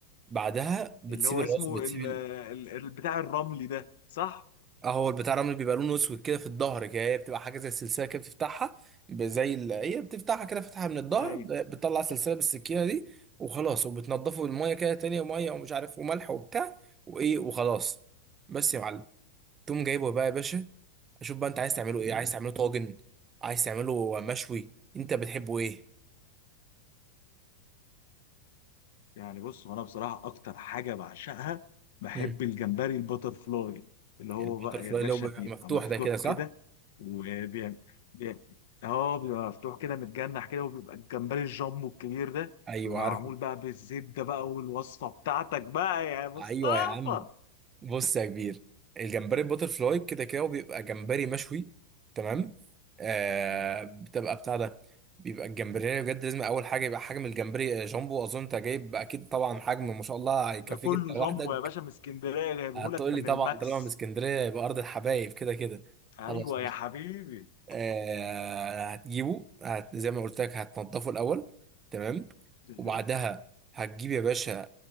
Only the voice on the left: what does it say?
اللي هو
اسمه
ال... ال... ال- بتاع الرملي ده صح
ايوه
يعني بص وانا بصراحه اكتر حاجه بعشقها بحب
الجمبري البتر فلاي اللي هو
بقى
يا باشا
بيبقى
مفتوح
كده وبيعمل اه بيبقى مفتوح كده متجنح كده وبيبقى الجمبري الجامبو الكبير ده
بيبقى
معمول بقى بالزبده بقى والوصفه بتاعتك بقى يا مصطفى
آه.
ده كله
جامبو
يا باشا من اسكندريه جايبهولك
من
الماكس
ايوه
يا حبيبي
ايوه